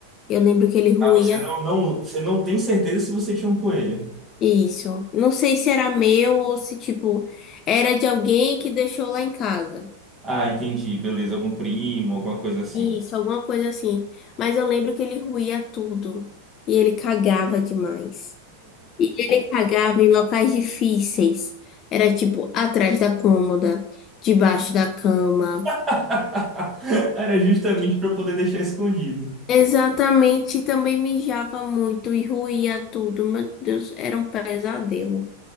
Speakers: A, on the left; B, on the right.
A: Eu lembro que ele ruía
B: Ah, você não, não, você não tem certeza se você tinha um coelho.
A: isso. Não sei se era meu ou se, tipo, era de alguém que deixou lá em casa.
B: Ah, entendi. Beleza, algum primo, alguma coisa assim.
A: Isso, alguma coisa assim. Mas eu lembro que ele ruía tudo. E ele cagava demais. E ele cagava em locais difíceis. Era tipo atrás da cômoda, debaixo da cama.
B: <laughs> Era justamente para poder deixar escondido.
A: Exatamente, e também mijava muito e ruía tudo. Meu Deus, era um pesadelo.